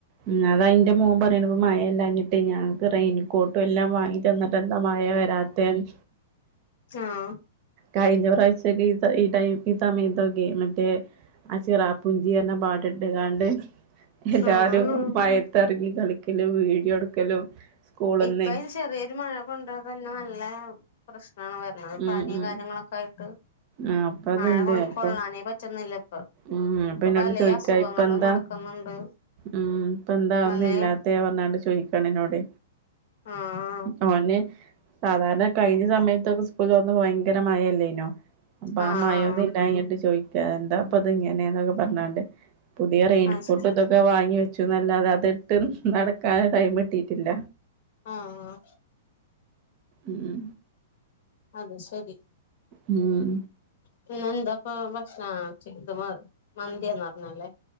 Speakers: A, on the right; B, on the left.
A: ഉം അത ന്റെ മോൻ പറയണ പ്പം മഴയില്ലഞ്ഞിട്ടെ ഞങ്ങൾക്ക് റെയ്ന് ക്കോട്ടും എല്ലാം വാങ്ങി തന്നിട്ട് എന്താ മഴ വരാത്തെന്ന്
B: ആഹ്
A: കഴിഞ്ഞ പ്രാവശ്യക്കെ ഈ ടൈ ഈ സമയത്തൊക്കെ മറ്റേ ആ ചിറാപ്പുഞ്ചി എന്ന പാട്ട് ഇട്ടു കാണ്ട് എല്ലാരും
B: ആഹ്
A: ഭയ റങ്ങി കളിക്കലും വീഡിയോ എടുക്കലും സ്കൂള്ന്നേ
B: ഇപ്പന് ചെറിയൊരു മഴ കൊണ്ട തന്നെ നല്ല പ്രശ്നമാണ് വരണത്
A: ഉം
B: പനിയും
A: ഉം
B: കാര്യങ്ങളൊക്കെ യിട്ട്
A: ആഹ് അപ്പ അത്ണ്ട്
B: മഴ കൊ
A: അപ്പൊ
B: കൊള്ളാനേ പറ്റുന്നില്ല ഇപ്പൊ
A: ഉം അപ്പൊ എന്നോട്
B: പല
A: ചോയിക്കാ
B: അസുഖങ്ങളും
A: ഇപ്പ എന്താ
B: നടക്കുന്നുണ്ട്
A: ഉം ഇപ്പ എന്താന്നും
B: പലേ
A: ഇല്ലാത്തെ പറഞ്ഞാണ്ട് ചോദിക്കും പെണ്ണിനോട്
B: ആഹ്
A: അവനെ സാധാരണ കഴിഞ്ഞ സമയത്തൊക്കെ സ് സ്കൂള് തുറന്ന ഭയങ്കര മഴല്ലേനോ അപ്പൊ
B: ആഹ്
A: ആ മഴൊന്നും ഇല്ലഞ്ഞിട്ട് ചോദിക്കാന്നെ ഇപ്പത് ഇങ്ങനെയ ന്നൊക്കെ പറഞ്ഞാണ്ട് പുതിയ റെയിൻകോട്ട്
B: ആഹ് ആഹ് അത് ശരി
A: ഇതൊക്കെ വാങ്ങി വെച്ചു എന്നല്ലാതെ അതി ഇട്ട് നടക്കാൻ ടൈം കിട്ടിയിട്ടില്ല
B: ആ ആ
A: ഉം
B: അത് ശരി
A: ഉം
B: പിന്ന എന്താപ്പൊ ഭക്ഷണ ചത് മന്തിന്ന് പറഞ്ഞല്ലേ